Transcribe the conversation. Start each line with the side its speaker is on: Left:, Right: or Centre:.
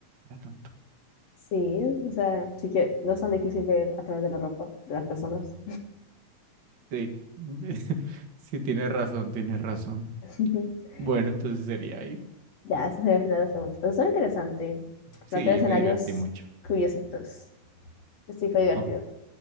Right: para tanto.
Left: Sí, o sea, sí que no es tan difícil ver a través de la ropa de las personas.
Right: Sí, <laughs> sí, tienes razón, tienes razón.
Left: <laughs>
Right: Bueno, entonces sería ahí.
Left: Ya, ese sería el final de las preguntas. Eso es interesante.
Right: Sí,
Left: Plantea escenarios
Right: me divertí mucho.
Left: curiositos. Sí, fue divertido.
Right: Oh,